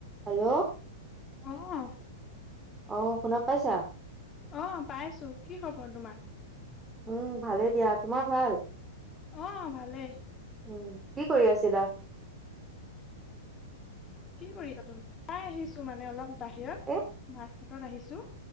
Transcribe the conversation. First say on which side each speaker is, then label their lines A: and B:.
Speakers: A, on the right; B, on the left.
A: Hello!
B: অ',
A: অ' শুনা পাইছা
B: অ' পাইছো কি খবৰ তোমাৰ?
A: উম, ভালেই দিয়া তোমাৰ ভাল?
B: অ' ভালেই।
A: উম কি কৰি আছিলা?
B: কি কৰিছা তুমি? ওলাই আহিছো মানে অলপ বাহিৰত
A: এ
B: মাৰ্কেটত আহিছোঁ।